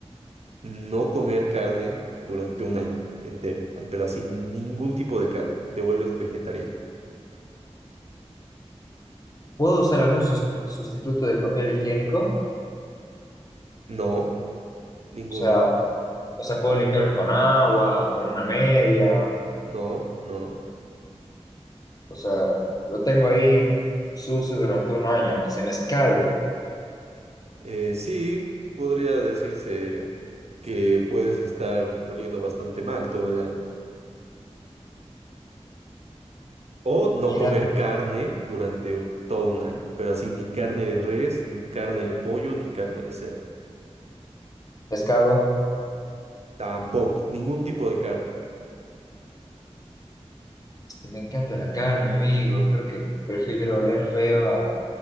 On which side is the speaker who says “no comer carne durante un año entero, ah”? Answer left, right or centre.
Right